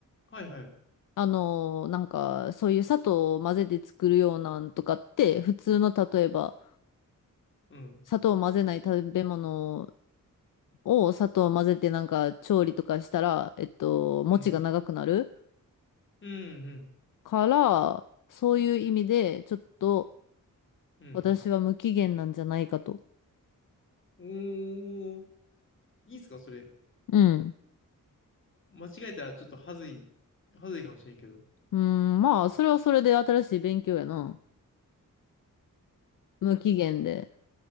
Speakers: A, on the left; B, on the left.
A: はいはい。
B: あの、なんかそういう砂糖を混ぜて作るようなんとかって、普通の例えば、
A: うん、
B: 砂糖を混ぜない食べ物を砂糖を混ぜてなんか調理とかしたら、えっと、餅が長くなる
A: うん、うん、うん、
B: から、そういう意味で、ちょっと
A: うん、
B: 私は無期限なんじゃないかと。
A: うん。おー、いいっすか、それ。
B: うん。
A: 間違えたらちょっとはずい、はずいかもしれんけど。
B: うん、まあ、それはそれで新しい勉強やな。無期限で。